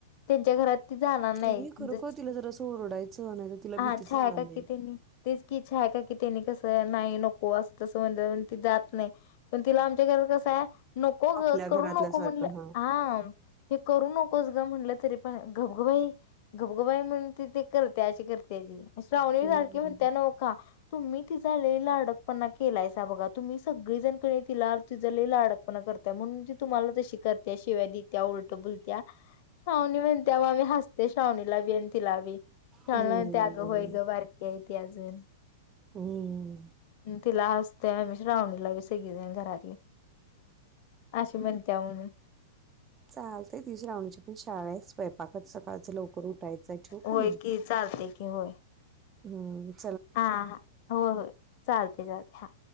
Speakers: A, on the left (about 45°); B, on the right (about 20°).
A: त्यांच्या घरात जाणार नाही
B: तुम्ही खरोखर
A: ज
B: तिला जरासं ओरडायचं नाही तर तिला
A: हा
B: भीतीच
A: छाया
B: राहणार
A: काकी
B: नाही.
A: त्यांनी तेच की छाया काकी त्यांनी कस नाही नको अस तस म्हणल म्हणून ती जात नायं पण तिला आमच्या घरात कसं आहे. नको
B: आपल्या
A: गं करून
B: घरातल्यासारखं
A: नको म्हणलं
B: हां.
A: हा हे करू नकोस ग म्हणलं तरी पण गबागबाई गबगबाई म्हण त ते करते अशी करते ती श्रावणी
B: हं.
A: सारखी म्हणत्या न्हवं का तुम्ही तिचा लई लाडपणा केलायसा बघा तुम्ही सगळी जण कनय तिला तिंज लयं लाडकंपणा करताय म्हणून ती तुम्हाला ती कशी करते शिव्या देत्या उलट बोलत्या. श्रावणी म्हणते म आम्ही हसते श्रावणीला बी आणि तिला बी श्रावणीला
B: हं.
A: म्हणते अग व्हय की हाय ती अजून
B: हम्म
A: तिला हसतेयं श्रावणीला बी सगलीजन घरातली असं म्हणत्या म्हणून
B: चालते ती श्रावणीची पण शाळा यं स्वय पाकच सकाळच लवकर उठायचंय ठेवू
A: होय
B: का मंग
A: की चालते की होय
B: हम्म
A: हा हा हो होय चालते चालते हा